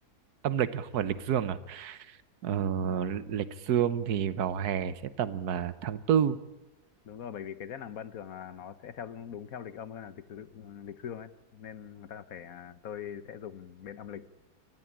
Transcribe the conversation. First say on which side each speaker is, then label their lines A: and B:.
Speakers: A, on the right; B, on the left.
A: Âm lịch à? Không phải lịch dương à? Ờ,
B: đúng rồi
A: lịch dương thì vào hè sẽ tầm à, tháng tư.
B: đúng rồi bởi vì cái Tết nàng Bân thường là nó sẽ theo đúng theo lịch âm hơn là lịch dự- lịch dương ấy nên người ta phải à, tôi sẽ dùng bên âm lịch